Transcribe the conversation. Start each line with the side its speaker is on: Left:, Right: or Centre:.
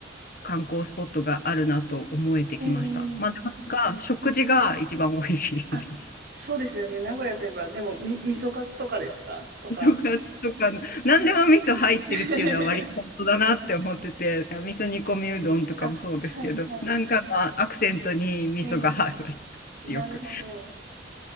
Left: 観光スポットがあるなと思えてきました。
Right: ええ
Left: まあ、なんか、食事が一番美味しいです。
Right: あ、そうですよね。名古屋といえば、でも、み、味噌カツとかですかとか。
Left: 色カツとかの、何でも味噌入ってるっていうのは割と本当だなって思ってて、
Right: <laughs>
Left: 味噌煮込みうどんとかもそうですけど、
Right: あ、はいはい。
Left: なんかのアクセントに味噌が入る。
Right: ええなるほど。
Left: よく。